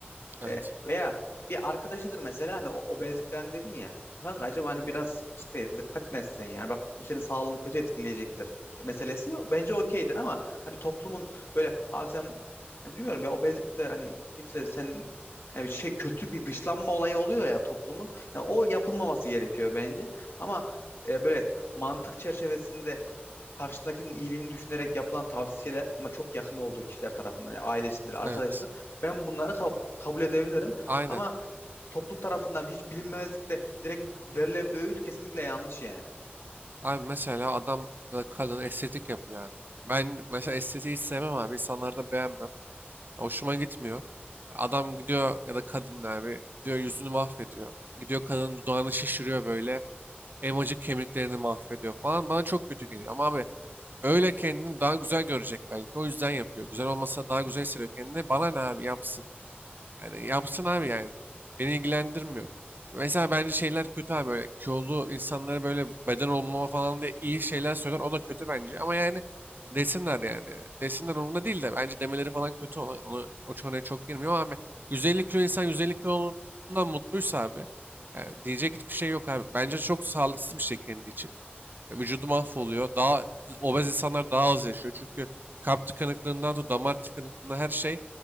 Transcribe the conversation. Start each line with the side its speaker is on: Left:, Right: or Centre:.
Right: Evet.
Left: E, veya bir arkadaşıdır mesela hani o- obezlik falan dedin ya. Kanka acaba hani biraz işte dikkat mi etsen yani bak bu senin sağlığını kötü etkileyecektir meselesi bence okeydir ama hani toplumun böyle abi sen yani bilmiyorum ya obezlik de hani kimse sen yani şey kötü bir dışlanma olayı oluyor ya toplumun. Yani o yapılmaması gerekiyor bence ama e, böyle mantık çerçevesinde karşıdakinin iyiliğini düşünerek yapılan tavsiyeler ama çok yakın olduğu kişiler tarafından yani ailesidir,
Right: Evet.
Left: arkadaşıdır. Ben bunları ka- kabul edebilirim
Right: Aynen.
Left: ama toplum tarafından hiç bilinmezlikte direkt verilen bir öğüt kesinlikle yanlış yani.
Right: Abi mesela adam ya da kadın estetik yapıyor abi. Ben mesela estetiği hiç sevmem abi. İnsanları da beğenmem. Hoşuma gitmiyor. Adam gidiyor ya da kadın abi gidiyor yüzünü mahvediyor. Gidiyor kadının dudağını şişiriyor böyle. elmacık kemiklerini mahvediyor falan. Bana çok kötü geliyor. Ama abi öyle kendini daha güzel görecek belki. O yüzden yapıyor. Güzel olmasa daha güzel hissediyor kendini. Bana ne abi yapsın. Yani yapsın abi yani. Beni ilgilendirmiyor. Mesela bence şeyler kötü abi böyle kilolu insanlara böyle beden olmama falan diye iyi şeyler söyler o da kötü bence ama yani desinler yani. Desinler umurumda değil de bence demeleri falan kötü ona, onu o konuya çok girmiyor ama abi 150 kilo insan 150 kilo olduğundan mutluysa abi yani diyecek hiçbir şey yok abi. Bence çok sağlıksız bir şey kendi için. Vücudu mahvoluyor. Daha obez insanlar daha az yaşıyor. Çünkü kalp tıkanıklığından tut damar tıkanıklığına her şey